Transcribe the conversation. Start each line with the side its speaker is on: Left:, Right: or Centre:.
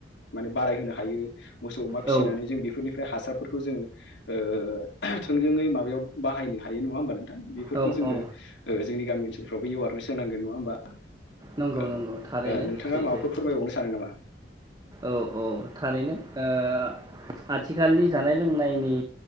Left: माने बारायहोनो हायो मोसौ अमा फिसिनानै
Right: औ
Left: जों बेफोरनि फ्राय हासारफोरखौ जोङो ओ थोंजोङै माबायाव बाहायनो हायो नङा होमबा नों थां बेफोरखौ
Right: औ
Left: जोङो
Right: औ
Left: ओ जोंनि गामि ओनसोलफ्रावबो एवारनेस होनांगोन नङा होमबा?
Right: नंगौ
Left: ओ
Right: नंगौ थारैनो
Left: ओ नोंथाङा
Right: सैथो
Left: माबाफोर फोरमायबावनो सानो नामा?
Right: औ औ थारैनो दा आथिखालनि जानाय लोंनायनि